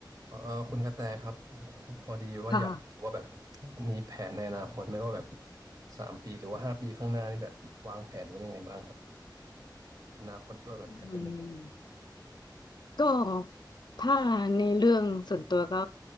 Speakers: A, on the right; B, on the left.
A: เอ่อคุณกระแตครับพพอดีว่าอยากจะรู้ว่าแบบ
B: ค่ะ
A: มีแผนในอนาคตไหมว่าแบบสามปีหรือว่าห้าปีข้างหน้านี่แบบวางแผนไว้ยังไงบ้างครับอนาคตด้วยแบบจะเป็นยังไง
B: อืมก็ถ้าในเรื่องส่วนตัวก็